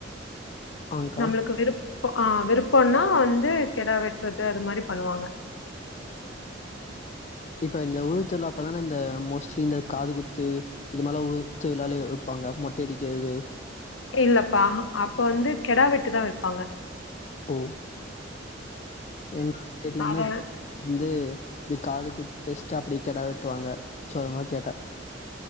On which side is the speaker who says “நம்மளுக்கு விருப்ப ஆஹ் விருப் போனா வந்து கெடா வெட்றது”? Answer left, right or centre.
Left